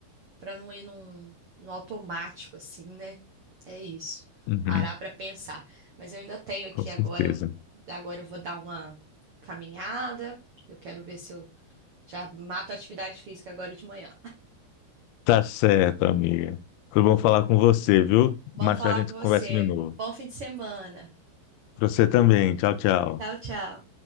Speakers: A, on the right; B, on the left.
A: pra não ir num, num automático, assim, né? É isso.
B: Uhum.
A: Parar pra pensar. Mas eu ainda tenho aqui
B: Com certeza.
A: agora. Agora eu vou dar uma caminhada. Eu quero ver se eu Já mato a atividade física agora de manhã.
B: Tá certo, amiga. Foi bom falar com você, viu?
A: Bom
B: Mais
A: falar
B: tarde a
A: com
B: gente
A: você.
B: conversa de novo.
A: Bom fim de semana.
B: Pra Você também. Tchau, tchau.
A: Tchau, tchau.